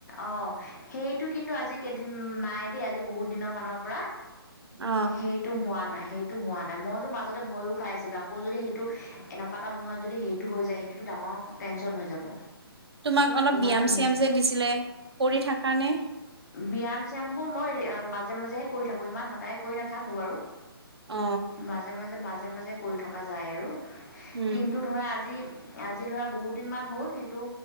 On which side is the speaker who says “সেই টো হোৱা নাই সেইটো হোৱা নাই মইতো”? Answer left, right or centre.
Left